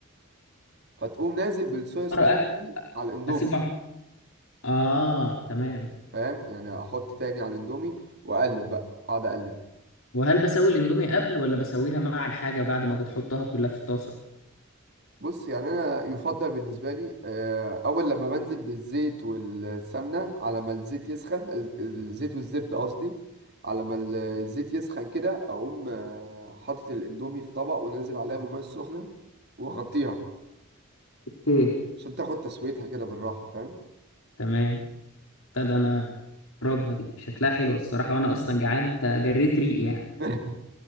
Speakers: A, on the right; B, on the left.
A: فتقوم نازل بالصويا صوص
B: مرة
A: تاني
B: أك-
A: على الاندومي
B: اسيبه اه تمام
A: فاهم يعني احط تاني على الاندومي واقلب بقى اقعد اقلب
B: وهل بسوي الاندومي قبل ولا بسويها مع الحاجة بعد ما بتحطها كلها في الطاسة
A: بص يعني انا يفضل بالنسبه لي آه، اول لما بنزل بالزيت والسمنه على ما الزيت يسخن الز- الزيت والزبده قصدي على ما الزيت يسخن كده اقوم آه، حاطط الاندومي في طبق ونازل عليها بالميه السخنه واغطيها
B: ايه
A: عشان تاخد تسويتها كده بالراحة فاهم
B: تمام ده ده انا اجربها دي شكلها حلو الصراحة وانا اصلا جعان انت جريت ريقي يعني
A: <laughs>